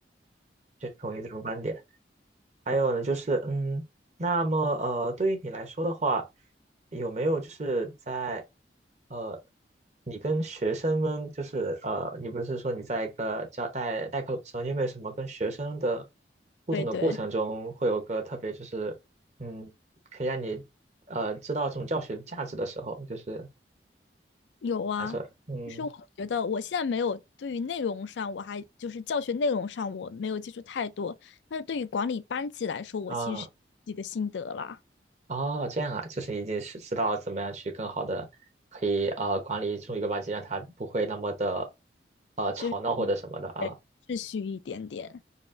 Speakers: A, on the right; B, on the left.
A: 就同意这种观点。还有呢，就是嗯，那么呃，对于你来说的话，有没有就是在呃，你跟学生们就是呃，你不是说你在一个教代代课的时候，你有没有什么跟学生的互动的过程中，
B: 对对。
A: 会有个特别就是嗯，可以让你呃知道这种教学的价值的时候，就是
B: 有啊，
A: 假设嗯
B: 其实我觉得我现在没有对于内容上，我还就是教学内容上我没有接触太多，但是对于管理班级来说，我其实是自己的心得啦，
A: 啊。哦，这样啊，就是你已经是知道怎么样去更好的可以啊管理住一个班级，让他不会那么的呃吵闹或者什么的啊。
B: 就是对秩序一点点。